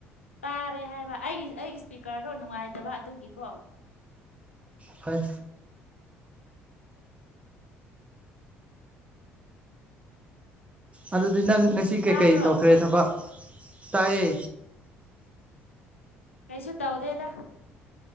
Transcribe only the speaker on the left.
ꯇꯥꯔꯦ ꯍꯥꯏꯕ ꯑꯩꯒꯤ ꯑꯩꯒꯤ ꯏꯁꯄꯤꯀꯔꯗꯣ ꯅꯨꯡꯉꯥꯏꯇꯕ ꯑꯗꯨꯒꯤꯀꯣ
ꯇꯥꯕ꯭ꯔꯣ
ꯀꯩꯁꯨ ꯇꯧꯗꯦꯗ